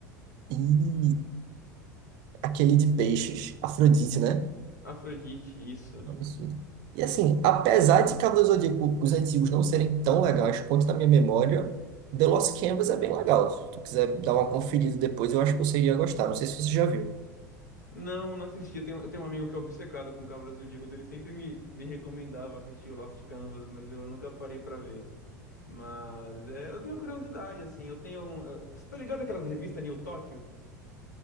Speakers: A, on the right (about 45°); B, on the left (about 75°).
A: e aquele de Peixes, Afrodite, né?
B: Afrodite, isso.
A: Um Absurdo. E assim, apesar de Cavaleiros do Zodíaco, os antigos não serem tão legais quanto na minha memória, The Lost Canvas é bem legal. Se tu quiser dar uma conferida depois, eu acho que você iria gostar. Não sei se você já viu.
B: Não, não assisti. Eu tenho, eu tenho um amigo que é obcecado com Cavaleiros do Zodíaco. Ele sempre me, me recomendava assistir Lost Canvas, mas eu nunca parei pra ver. Mas é, eu tenho curiosidade, assim. Eu tenho. um- eu- Você tá ligado aquelas revistas New Tóquio?